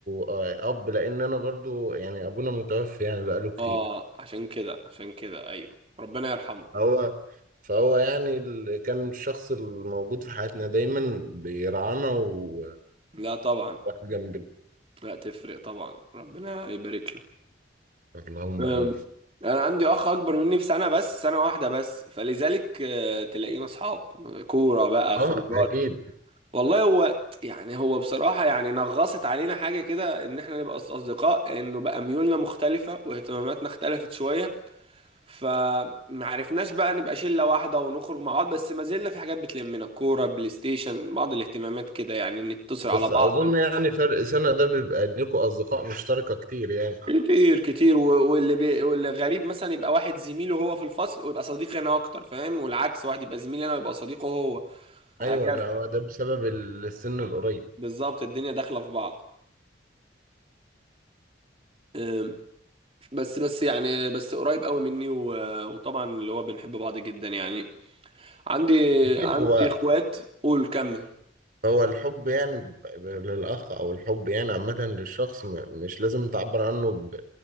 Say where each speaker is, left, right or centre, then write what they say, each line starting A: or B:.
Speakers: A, on the right; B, on the right.
A: آه، اب لان انا برضو يعني ابونا متوفي يعني بقاله كتير
B: اه عشان كده عشان كده ايوه ربنا يرحمه
A: هو فهو يعني ال... كان الشخص الموجود في حياتنا دايما بيرعانا و-
B: لا طبعا
A: وواقف جنبنا
B: لا تفرق طبعا ربنا يبارك له
A: اللهم
B: أم،
A: امين
B: انا عندي اخ اكبر مني بسنه بس سنه واحده بس فلذلك آه، تلاقينا اصحاب كوره بقى
A: اه
B: خروجات
A: اكيد
B: والله هو يعني هو بصراحه يعني نغصت علينا حاجه كده ان احنا نبقى أص- اصدقاء انه بقى ميولنا مختلفه واهتماماتنا اختلفت شويه فمعرفناش بقى نبقى شلة واحدة ونخرج مع بعض بس ما زلنا في حاجات بتلمنا كورة بلاي ستيشن بعض الاهتمامات كده يعني نتصل على
A: بس
B: بعض
A: اظن يعني فرق سنة ده بيبقى ليكوا اصدقاء مشتركة كتير يعني
B: كتير كتير و- واللي بي... واللي غريب مثلا يبقى واحد زميله هو في الفصل ويبقى صديقي انا اكتر فاهم والعكس واحد يبقى زميلي انا ويبقى صديقه هو وهكذا
A: ايوه لا هو ده بسبب ال- السن القريب
B: بالظبط الدنيا داخلة في بعض أم، بس بس يعني بس قريب قوي مني و- وطبعا اللي هو بنحب بعض جدا يعني عندي
A: اكيد
B: عندي
A: هو
B: اخوات قول كمل
A: هو الحب يعني ب- ب- للاخ او الحب يعني عامة للشخص م- مش لازم تعبر عنه ب-